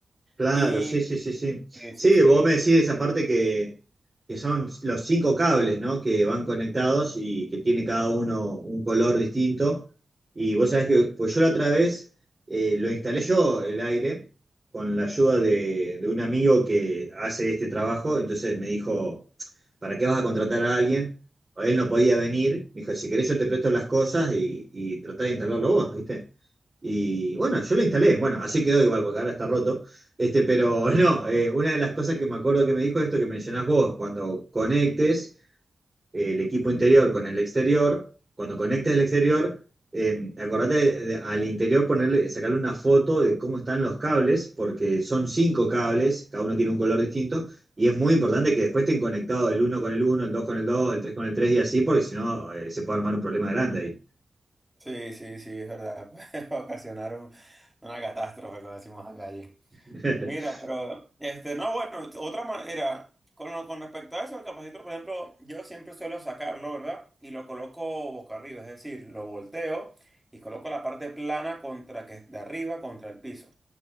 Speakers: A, on the right; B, in the centre.
A: Claro,
B: Y
A: sí, sí, sí, sí.
B: sí, sí,
A: Sí,
B: sí,
A: vos me decís esa parte que, que son los cinco cables, ¿no? Que van conectados y que tiene cada uno un color distinto. Y vos sabés que, pues yo la otra vez eh, lo instalé yo el aire con la ayuda de, de un amigo que hace este trabajo. Entonces me dijo, ¿para qué vas a contratar a alguien? Él no podía venir. Me dijo, si querés yo te presto las cosas y, y tratá de instalarlo vos, ¿viste? Y bueno, yo lo instalé. Bueno, así quedó igual porque ahora está roto. Este, pero <laughs> no, eh, una de las cosas que me acuerdo que me dijo es esto que mencionás vos, cuando conectes eh, el equipo interior con el exterior, cuando conectes el exterior, eh, acordate de- de- al interior ponerle, sacarle una foto de cómo están los cables, porque son cinco cables, cada uno tiene un color distinto, y es muy importante que después estén conectados el uno con el uno, el dos con el dos, el tres con el tres y así, porque si no eh, se puede armar un problema grande ahí.
B: sí, sí, sí, es verdad. <laughs> Puede ocasionar un- una catástrofe, como decimos acá allí.
A: <laughs>
B: Mira, pero, este, no, bueno, otra manera, con, lo- con respecto a eso, el capacitor, por ejemplo, yo siempre suelo sacarlo, ¿verdad? Y lo coloco boca arriba, es decir, lo volteo y coloco la parte plana contra que, de arriba contra el piso.